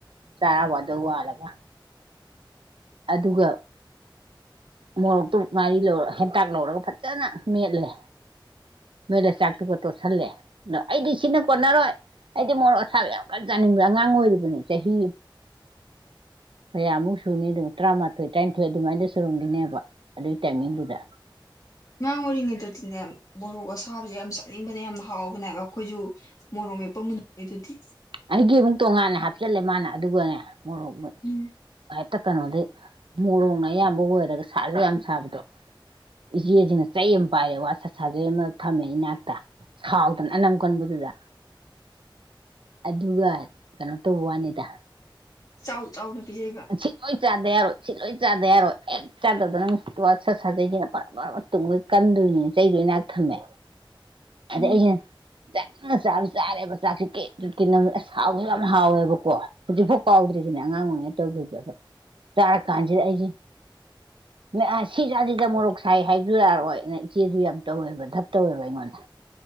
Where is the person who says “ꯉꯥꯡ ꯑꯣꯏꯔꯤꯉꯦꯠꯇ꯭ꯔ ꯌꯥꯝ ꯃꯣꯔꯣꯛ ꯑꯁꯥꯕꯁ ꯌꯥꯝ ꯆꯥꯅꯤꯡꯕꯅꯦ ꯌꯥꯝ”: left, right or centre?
Left